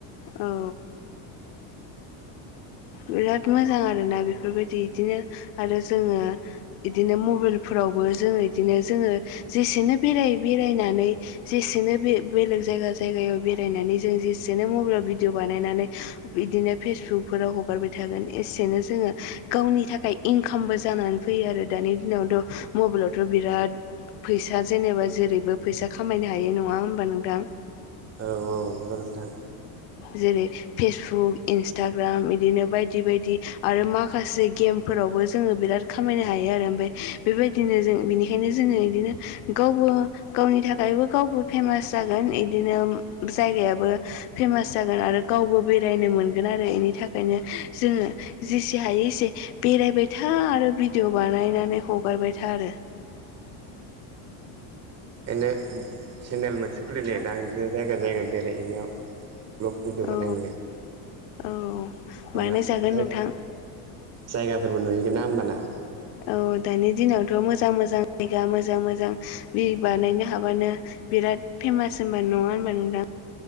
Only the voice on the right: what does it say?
औ औ नंगौ नोंथां
ओंखायनो सेनेल मोनसे खुलिनोदां
इदिनो जायगा जायगा बेरायहैनायाव भ्लग भिडिअ
बानायहैनो
माना
जायगा
जायगाफोरबो नुहैगोन ना होमबाना